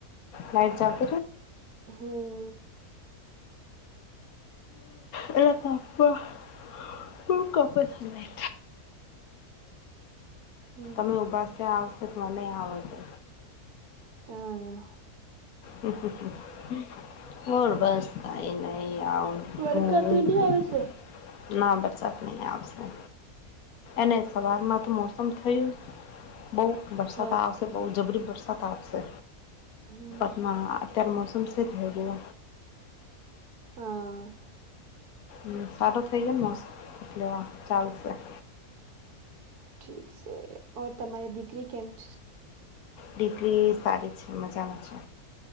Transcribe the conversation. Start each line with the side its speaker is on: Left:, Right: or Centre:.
Left: લાઈટ જંપ
Right: હમ
Left: હે બાપા ખબર નહી.
Right: હમ
Left: એ ભાષા આવશે તો મને નહિ આવડશે.
Right: હમ
Left: હમ હ બોલ બસ કઈ નહીં આવડતું.
Right: વરખા તો નહીં આવે છે
Left: ના વરસાદ નહી આવતો. અને સવારમાં તો મોસમ થયું તુ બહુ વરસાદ
Right: હા
Left: આવશે. બહુ જબરો વરસાદ આવશે.
Right: હમ
Left: હા અત્ય્યારે મોસમ કેવો થઈ રહ્યો.
Right: હા.
Left: હા સારું થઈ જાયને મોસમ એટલેમાં ચાલશે.
Right: ઠીક છે. ઓ તમારી દીકરી કેમ છે.
Left: દીકરી સારી છે. મજામાં છે.